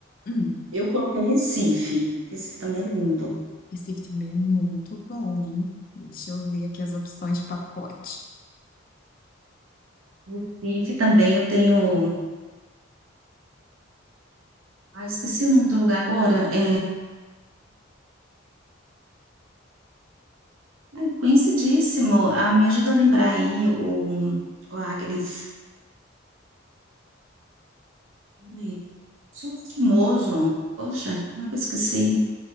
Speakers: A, on the left (about 45°); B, on the right (about 85°).
A: Hum,
B: eu coloquei Recife. Recife também é lindo.
A: Recife também é muito bom, hein? Deixa eu ver aqui as opções de pacote.
B: Recife também eu tenho. Ah, eu esqueci o nome do lugar agora. É... ah, Conhecidíssimo. Ah, me ajuda a lembrar aí, o, o Agnes. Ai, super famoso. Poxa, como é que eu esqueci?